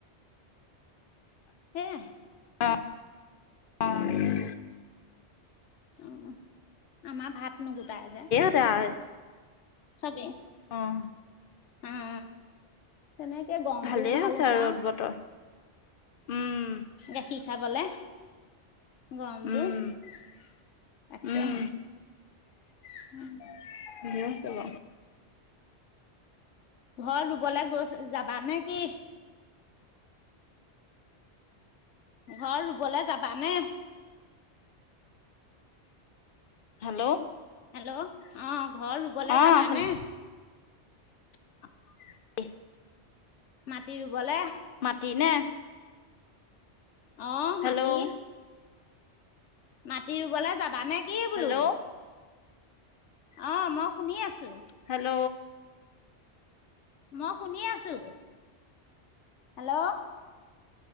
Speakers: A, on the left; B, on the left.
A: সেয়াই
B: অ', <unintelligible>
A: উম উম আমাৰ ভাত নগোটাই যে
B: তাৰ
A: চবেই
B: অহ
A: উম, তেনেকে গৰমটোও
B: ভালেই
A: ভাল হৈছে আৰু।
B: ৰ'দ বতৰ উম।
A: গাখীৰ খাবলে। গৰমটো
B: উম,
A: তাকে,
B: উম,
A: উম।
B: <unintelligible> ভালে হৈছে বাউ
A: ঘৰত ৰুবলে গৈছ যাবা নেকি? ঘৰত ৰুবলে যাবানে?
B: হেল্ল'!
A: হেল্ল'! অ', ঘৰত ৰুবলে
B: অ',
A: যাবানে?
B: শুনি
A: অ <inaudible>
B: <inaudible>
A: মাটি ৰুবলে।
B: মাটি নে?
A: অ',
B: হেল্ল'
A: মাটি। মাটি ৰুবলৈ যাবানে? কি বোলো
B: হেল্ল'!
A: অ', মই শুনি আছোঁ।
B: হেল্ল'!
A: মই শুনি আছোঁ, হেল্ল'!